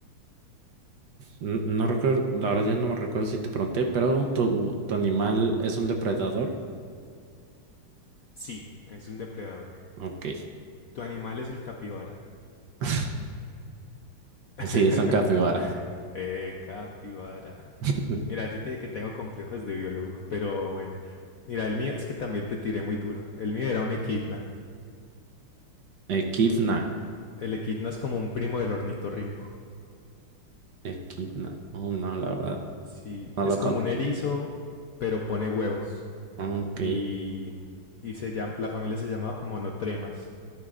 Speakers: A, on the right; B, on the left.
A: N- No recuerdo, la verdad ya no me recuerdo si te pregunté, pero tu, tu animal es un depredador.
B: Sí, es un depredador.
A: Ok.
B: Tu animal es el capibara.
A: <laughs>
B: <laughs>
A: Sí, es un capibara.
B: eh, capibara.
A: <laughs>
B: Mira, yo te dije que tengo complejos de biólogo, pero bueno. Mira, el mío es que también te tiré muy duro. El mío era un equidna.
A: Equidna.
B: El equidna es como un primo del ornitorrinco.
A: Equidna. Oh, no, la verdad.
B: Sí, es
A: No lo
B: como
A: con.
B: un erizo, pero pone huevos.
A: Ok.
B: Y, y se llama, la familia se llama monotremas.